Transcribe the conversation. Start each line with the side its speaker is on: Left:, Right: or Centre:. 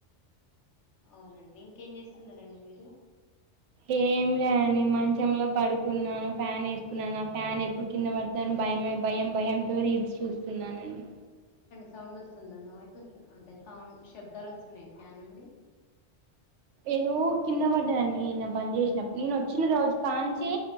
Left: అవునండి ఇంకేం చేస్తున్నారండి మీరు
Right: ఏం లే అండి మంచంలో పడుకున్నాను ఫ్యాన్ ఏసుకున్నాను ఆ ఫ్యాన్ ఎప్పుడు కింద పడ్తన్ బైమై భయం భయంతో రీల్స్ చూస్తున్నానండి
Left: సౌండోస్తుందా నాయిస్ సోసు అంటే థౌండు శబ్దాలోసునై ఫ్యానుండి
Right: ఏదో కింద వడ్డదండి నిన్న పన్ జే ష్ నప్ నేనోచ్చిన రోజు కాంచి